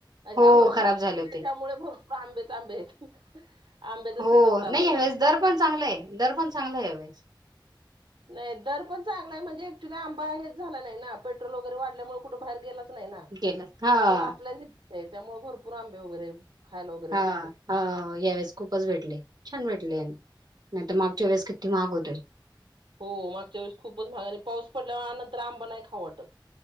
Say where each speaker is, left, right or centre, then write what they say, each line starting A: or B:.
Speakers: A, on the right (about 85°); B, on the right (about 55°).
A: ह्या
B: हो
A: वर्षी
B: खराब झाले होते.
A: त्यामुळे भरपूर आंबेच आंबे आहेत. आंब्याचा
B: हो.
A: सीझन चालू
B: नाही
A: आहे.
B: ह्यावेळेस दर पण चांगला आहे, दर पण चांगला आहे ह्यावेळेस.
A: नाही. दर पण चांगलाय म्हणजे ऍक्च्युली आंबा हेच झाला नाही ना पेट्रोल वगैरे वाढल्यामुळे कुठ बाहेर गेला च नाही ना.
B: गेलं हा.
A: त्यामुळे आपल्या त्यामुळे भरपूर आंबे वगैरे खायला वगैरे
B: हा.
A: भेटले.
B: हावो यावेळेस खूपच भेटले, छान भेटले. नाही तर मागच्या वेळेस किती महाग होते?
A: हो. मागच्या वेळेस खूपच महाग आणि पाऊस पडल्या नंतर आंबा नाही खाऊ वाटत.